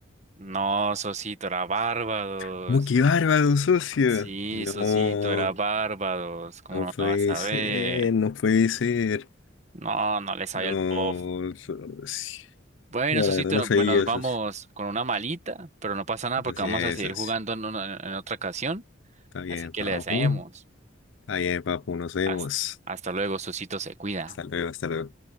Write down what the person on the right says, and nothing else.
No, Sosito, era Barbados.
Sí,
Sosito, era Barbados. ¿Cómo
no
lo vas a
ver?
No, no le sabía
el pop.
Bueno,
Sosito,
no-
pues nos vamos
con una malita, pero no pasa nada porque
vamos
a seguir
jugando en, una- en otra ocasión.
Así que
le deseamos
Hasta, hasta luego, Sosito, se cuida.